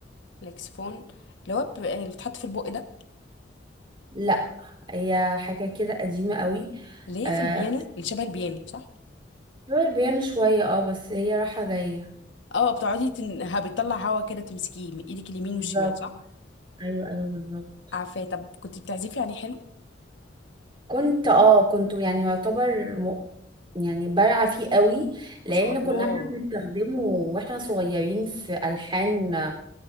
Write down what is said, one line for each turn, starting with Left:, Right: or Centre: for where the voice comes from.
Left: الاكسفون اللي هو ب- اللي بتحط في البق ده
Right: لا هي حاجه كده قديمه قوي
Left: اللي
Right: آه،
Left: هي في البيانو اللي شبه البيانو صح
Right: هو البيانو شوية اه بس هي رايحة جاية
Left: اه بتقعدي تن... ها- بتطلع هوا كده تمسكيه من ايدك اليمين
Right: بالظبط
Left: والشمال صح
Right: ايوه ايوه بالظبط
Left: عارفاه طب كنت بتعزفي عليه حلو
Right: كنت اه كنت يعني يعتبر م... يعني بارعة فيه قوي لأن
Left: ما شاء الله
Right: كنا احنا بنستخدمه واحنا صغيرين في ألحان